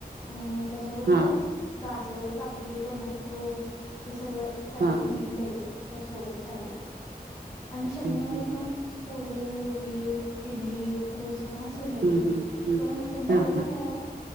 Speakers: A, on the left; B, on the right.
A: आणि त्याच्याबरोबर
B: हा
A: गा जर काकडी, टोमॅटो हे सगळं सॅलेड
B: हा
A: म्हणून द्यायचं. त्यासोबत खायला आणि शनिवारी
B: हं,
A: मग पोहे ऊ पीठ, इडली, डोस असलं द्यायच
B: हं, हं, हं,
A: पण त्यांची
B: हां,
A: अट
B: हां,
A: काय आहे